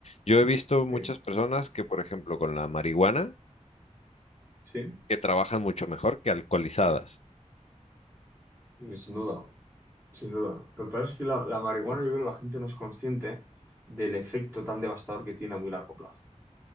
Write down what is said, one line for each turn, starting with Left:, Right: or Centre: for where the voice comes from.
Left: Yo he visto muchas
Right: Sí,
Left: personas que, por ejemplo, con la marihuana,
Right: sí,
Left: que trabajan mucho mejor que alcoholizadas.
Right: Mm. sin duda, sin duda. Lo que pasa es que la, la marihuana, yo creo que la gente no es consciente del efecto tan devastador que tiene a muy largo plazo.